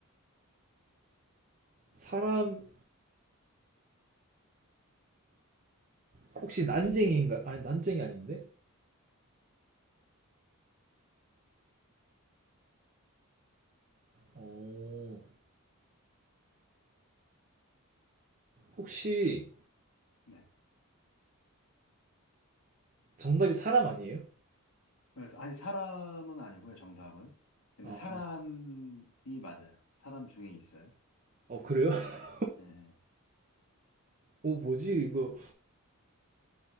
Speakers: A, on the right (about 40°); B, on the left (about 85°).
A: 사람, 혹시 난쟁이인가? 아니, 난쟁이 아닌데? 어, 혹시
B: 네.
A: 정답이 사람 아니에요?
B: 그래서, 아니, 사람은 아니고요, 정답은. 근데
A: 아,
B: 사람이 맞아요. 사람 중에 있어요.
A: 어, 그래요? <laughs>
B: 예, 예.
A: 어, 뭐지? 이거,